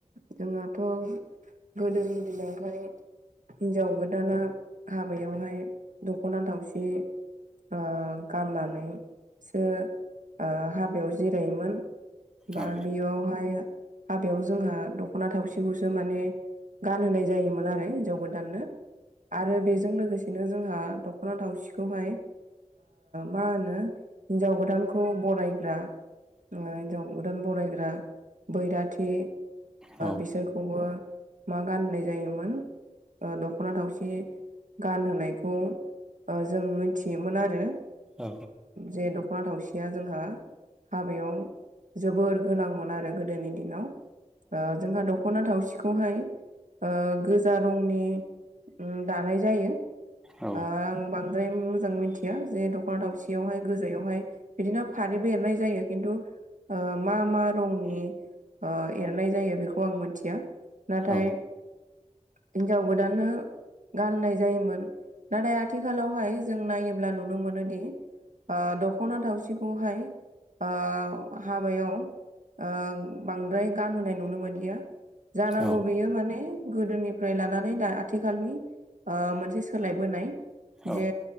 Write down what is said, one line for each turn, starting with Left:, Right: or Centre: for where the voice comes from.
Right: जोंहाथ' गोदोनि दिनावहाय हिनजाव गोदाना हाबायावहाय दख'ना थावसि ओ गाननानैसो ओ हाबायाव जिरायोमोन। बा
Centre: औ
Right: बेयावहाया हाबायाव जोंहा दख'ना थावसिखौसो माने गानहोनाय जायोमोन आरो हिनजाव गोदाननो आरो बेजों लोगोसेनो जोंहा दख'ना थावसिखौहाय मा होनो हिन्जाव गोदानखौ बरायग्रा हिनजाव गोदान बरायग्रा बैराथि
Centre: औ
Right: बिसोरखौबो मा गाननाय जायोमोन ओ दख'ना थावसि गानहोनायखौ ओ जों मिथियोमोन आरो
Centre: औ
Right: जे दख'ना थावसिया जोंहा हाबायाव जोबोर गोनांमोन आरो गोदोनि दिनाव ओ जोंहा दड दख'ना थावसिखौहाय ओ गोजा रंनि ओ दानाय जायो
Centre: औ
Right: आं बांद्राय मोजां मिथिया जे दख'ना दावसियावहाय गोजायावहाय बिदिनो फारिबो एरनाय जायो खिन्थु मा मा रंनि ओ एरनाय जायो बेखौ आं मोनथिया नाथाय
Centre: औ
Right: हिनजाव गोदानो गाननाय जायोमोन नाथाय आथिखालावहाय जों नायोब्ला नुनो मोनोदि ओ दख'ना थावसिखौहाय ओ हाबायाव ओ बांद्राय गानहोनाय नुनो मोनलिया जानांगौ
Centre: औ
Right: बेयो माने गोदोनिफ्राय लानानै दा आथिखालनि मोनसे सोलायबोनाय
Centre: औ
Right: जे